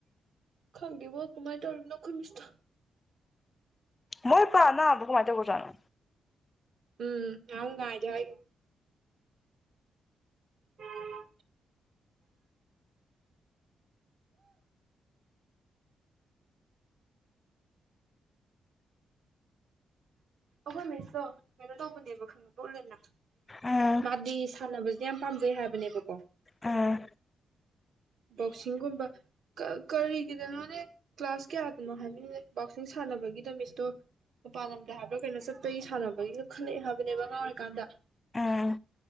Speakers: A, on the right; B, on the left.
A: ꯈꯪꯗꯕ ꯀꯃꯥꯏ ꯇꯔ ꯅꯈꯣꯏꯃꯤꯁꯣ
B: ꯃꯣꯏ ꯄꯥ ꯅ ꯃꯥꯏ ꯆꯕꯨꯖꯅꯣ
A: ꯎꯝ ꯍꯧ ꯉꯖ ꯍꯥꯏꯦ ꯑꯣꯝ ꯎ ꯑꯈꯣꯏ ꯃꯤꯁꯇꯣ ꯀꯩꯅꯣ ꯇꯧꯕꯅꯦꯕ ꯈꯪꯉꯄꯂꯦꯅ
B: ꯎꯝ
A: ꯃꯥꯗꯤ ꯁꯥꯟꯅꯕꯁꯦ ꯌꯥꯝ ꯄꯥꯝꯖꯩ ꯍꯥꯏꯕꯅꯦꯕꯀꯣ
B: ꯎꯝ
A: ꯕꯣꯛꯁꯤꯡꯒꯨꯝꯕ ꯀꯔꯤꯒꯤꯗꯅꯣꯅꯦ ꯀ꯭ꯂꯥꯁ ꯀꯌꯥꯗꯅꯣ ꯍꯥꯏꯕꯅꯤꯅꯦ ꯕꯣꯛꯁꯤꯡ ꯁꯥꯟꯅꯕꯒꯤꯗ ꯃꯤꯁꯇꯣ ꯃꯄꯥꯟ ꯂꯝꯗ ꯍꯥꯏꯛ ꯀꯩꯅꯣ ꯆꯠꯄꯒꯤ ꯁꯥꯟꯅꯕꯒꯤꯁꯨ ꯈꯜꯂꯛꯑꯦ ꯍꯥꯏꯕꯅꯦꯕ ꯑꯉꯥꯡ ꯑꯣꯏꯔꯤꯀꯥꯟꯗ
B: ꯎꯝ